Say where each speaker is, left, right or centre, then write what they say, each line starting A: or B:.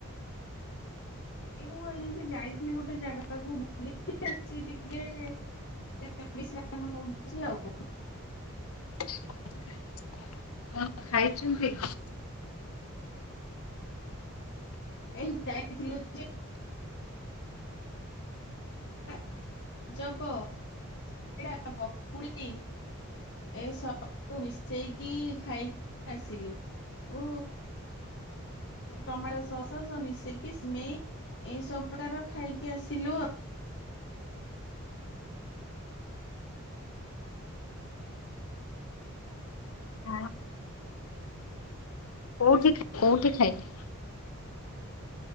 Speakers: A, on the left; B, on the left.
A: ଏ ମୁଁ ଏନିକି ଯାଇଥିଲି ଗୋଟେ ଜାଗାକୁ ବୁଲିକି ଆସିକି ଟିକେ ଏ ବିଶ୍ରାମ ନୋଉଛି ଆଉ।
B: <inaudible> କଣ ଖାଇଛନ୍ତି?
A: ଏ ଯାଇଥିଲୁ ଯେ <unintelligible> ଚପ ସିଙ୍ଗଡ଼ା ପକୁଡି ଏ ସବୁ ମିଶେଇକି ଖାଇକି ଆସିଲୁ। ଉ ଟମାଟୋ ସଶ ସବୁ ମିଶେଇକି ସିମେଇ ଏଇ ସବୁ ପ୍ରକାର ଖାଇକି ଆସିଲୁ ଆଉ।
B: ହଁ। କୋଉଠି କୋଉଠି ଖାଇଲେ?